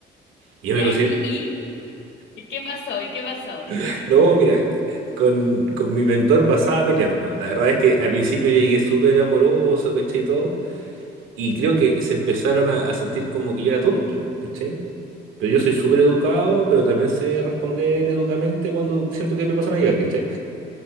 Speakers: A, on the right; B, on the left.
A: Y yo
B: Y
A: me
B: ahí,
A: considero,
B: y, ¿y qué pasó? ¿Y qué pasó?
A: <laughs> no, mira, con, con mi mentor pasaba peleando. La verdad es que al principio yo llegué súper amoroso, ¿cachai? Y Todo. Y creo que se empezaron a, a sentir como que yo era tonto, ¿cachai? Pero yo soy súper educado, pero también sé responder educadamente cuando siento que me pasan a llegar, ¿cachai?